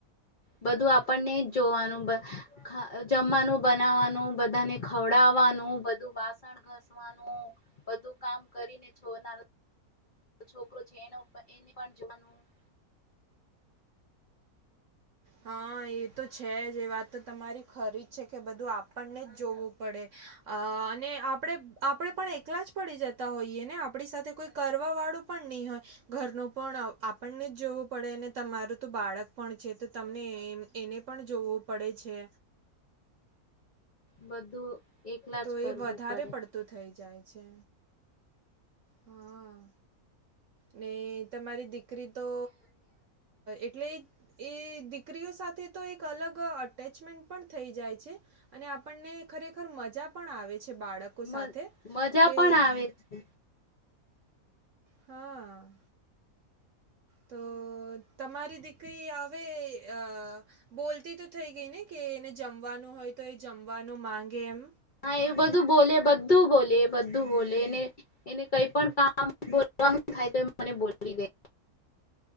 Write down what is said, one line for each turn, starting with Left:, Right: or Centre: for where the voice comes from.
Left: બધું આપણને જ જોવાનું જમવાનું બનાવાનું બધાને ખવડાવવાનું બું બાસણ ઘસવાનું બધું કામ કરીને છોના છોકરો છે એના એને પણ જોવાનું. <inaudible>
Right: હા એ તો છે જ એ વાત તો તમારી ખરી જ છે કે બધું આપણને જ જોવું પડે. અ અને આપણે આપે પણ એકલા જ પડી જતા હોઈએ ને આપણી સાથે કોઈ કરવા વાળું પણ ની હોય ઘરનું પણ આપણને જ જોવું પડે તમારું તો બાળક પણ છે. તો તમને એને પણ જોવું પડે છે.
Left: બધું. એકલા
Right: તો
Left: જ કરવું
Right: એ વધારે
Left: પડે
Right: પડતું થઇ જાય છે. હા. ને તમારી દીકરી તો એટલે એ દીકરીઓ સાથે તો એક અલગ અટેચમેન્ટ પણ થઈ જાય છે. અને આપણને ખરેખર મજા પણ આવે છે. બાળકો
Left: મ
Right: સાથે
Left: મજા
Right: કે
Left: પણ આવે છે.
Right: હા. તો તમારી દીકરી આવે અ બોલતી તો થઈ ગઈ ને કે એને જમવાનું હોય તો એ જમવાનું માંગે એમ.
Left: હા એવું બધું બોલે બધું બોલે એ બધું બોલે એને એને કઈ પણ કામ બો તમામ થાઈતો મને બોલી દે.